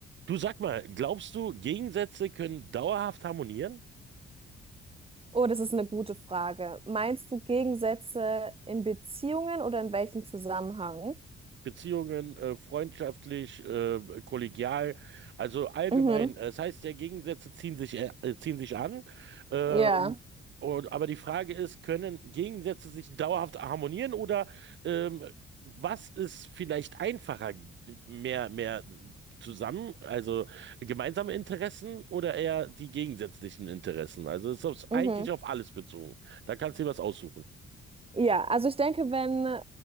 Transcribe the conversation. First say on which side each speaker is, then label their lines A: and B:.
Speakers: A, on the right; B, on the right.
A: Du sag mal, glaubst du, Gegensätze können dauerhaft harmonieren?
B: Oh, das ist eine gute Frage. Meinst du Gegensätze in Beziehungen oder in welchem Zusammenhang?
A: Beziehungen, äh, freundschaftlich, äh, kollegial, also allgemein.
B: Mhm.
A: Äh, Das heißt, ja, Gegensätze ziehen sich, äh, äh, ziehen sich an. Ähm,
B: Ja.
A: und, aber die Frage ist, können Gegensätze sich dauerhaft harmonieren oder ähm, was ist vielleicht einfacher? Mehr, mehr zusammen, also gemeinsame Interessen oder eher die gegensätzlichen Interessen? Also ist das
B: Mhm.
A: eigentlich auf alles bezogen. Da kannst du dir was aussuchen.
B: Ja, also ich denke, wenn